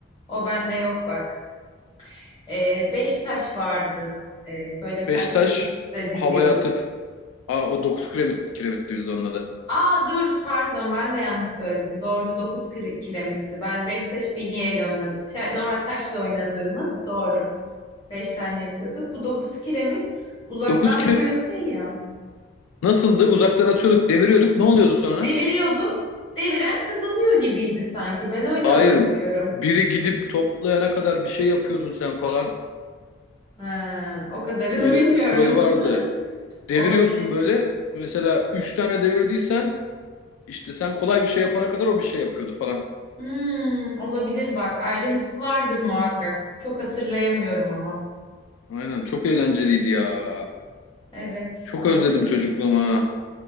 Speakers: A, on the left (about 25°); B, on the left (about 85°).
A: O bende yok bak. Ee, beş taş vardı. Ee, böyle taşları
B: Beşiktaş
A: üst üste diziyorduk.
B: havaya atıp aa, o 9 kiremit, kiremitti biz de onun adı.
A: Aa dur pardon ben de yanlış söyledim. Doğru dokuz kire- kiremitti. Ben beş taş bilyeyle oynadım. Şey, normal taşla oynadığımız doğru. Beş tane yapıyorduk. Bu dokuz kiremit uzaktan
B: 9 kiremit
A: vuruyorsun ya.
B: nasıldı? Uzaktan atıyorduk, deviriyorduk. Ne oluyordu sonra?
A: Deviriyorduk. Deviren kazanıyor gibiydi sanki. Ben öyle
B: Hayır.
A: hatırlıyorum.
B: Biri gidip toplayana kadar bir şey yapıyordun sen falan.
A: Ha, o kadarını
B: Öyle
A: <laughs> bilmiyorum.
B: bir kuralı vardı.
A: <laughs>
B: Deviriyorsun
A: Olabilir.
B: böyle. Mesela 3 tane devirdiysen işte sen kolay bir şey yapana kadar o bir şey yapıyordu falan.
A: Hmm, olabilir bak. Ayrıntısı vardır muhakkak. Çok hatırlayamıyorum ama.
B: Aynen çok eğlenceliydi ya.
A: Evet,
B: Çok
A: bence
B: özledim
A: de.
B: çocukluğumu ha.